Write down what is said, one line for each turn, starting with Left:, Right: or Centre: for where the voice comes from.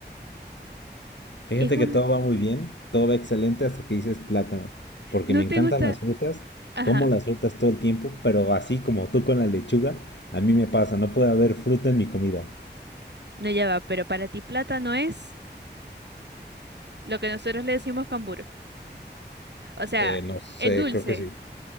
Left: Fíjate
Right: Es un
Left: que todo va muy bien, todo va excelente hasta que dices plátano, porque
Right: ¿No
Left: me encantan
Right: te gusta?
Left: las frutas,
Right: Ajá,
Left: como las frutas todo el tiempo, pero así como tú con la lechuga, a mí me pasa, no puede haber fruta en mi comida.
Right: no ya va, pero para ti plátano es lo que nosotros le decimos cambur. O sea,
Left: Eh, no sé,
Right: el dulce,
Left: creo que sí.